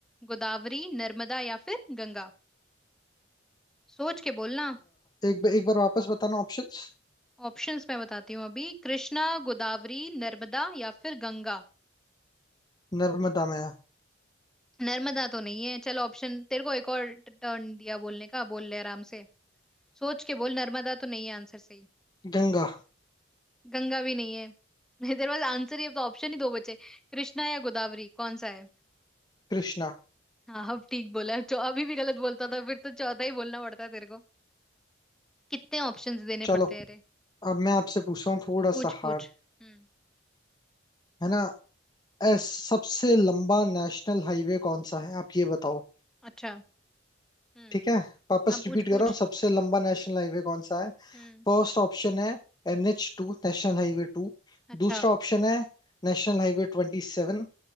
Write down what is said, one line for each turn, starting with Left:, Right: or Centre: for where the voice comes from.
Centre: गोदावरी नर्मदा या फिर गंगा सोच के बोलना
Left: एक एक बार वापस बताना ऑप्शंस
Centre: ऑप्शंस मैं बताती हूँ अभी कृष्णा गोदावरी नर्मदा या फिर गंगा
Left: नर्मदा में
Centre: नर्मदा तो नहीं है चल ऑप्शन तेरे को एक और टर्न दिया बोलने का बोल ले आराम से सोच के बोल नर्मदा तो नहीं है आंसर सही
Left: गंगा
Centre: गंगा भी नहीं है <laughs> नहीं तेरे पास आंसर ही अब तो ऑप्शन ही दो बचे कृष्णा या गोदावरी कौन सा है
Left: कृष्णा
Centre: हाँ अब ठीक बोला जो अभी भी गलत बोलता था फिर तो चौथा ही बोलना पड़ता है तेरे को कितने ऑप्शंस देने
Left: चलो
Centre: पड़ते हैं रे
Left: अब मैं आपसे पूछ रहा हूँ थोड़ा
Centre: पूछ
Left: सा हार्ड
Centre: पूछ हम्म
Left: है ना एस सबसे लंबा नेशनल हाईवे कौन सा है आप ये बताओ
Centre: अच्छा हम्म
Left: ठीक है वापस
Centre: अब पूछ
Left: रिपीट
Centre: पूछ
Left: कर रहा हूँ सबसे लंबा नेशनल हाईवे कौन सा है
Centre: हम्म
Left: फर्स्ट ऑप्शन है N H two national highway two
Centre: अच्छा
Left: दूसरा ऑप्शन है नेशनल हाईवे ट्वेंटी सेवन